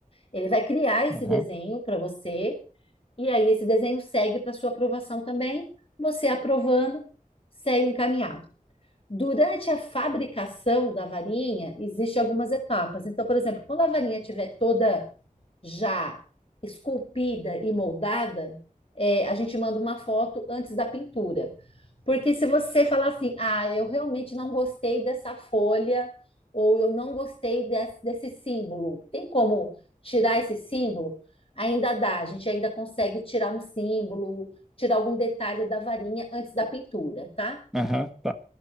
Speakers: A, on the left; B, in the centre.
A: Ele vai criar esse
B: Aham.
A: desenho para você, e aí esse desenho segue para sua aprovação também. Você aprovando, segue encaminhado. Durante a fabricação da varinha, existem algumas etapas. Então, por exemplo, quando a varinha estiver toda já esculpida e moldada, é, a gente manda uma foto antes da pintura. Porque se você falar assim, ah, eu realmente não gostei dessa folha, ou eu não gostei desse, desse símbolo, tem como tirar esse símbolo? Ainda dá, a gente ainda consegue tirar um símbolo, tirar algum detalhe da varinha antes da pintura, tá?
B: Aham, tá.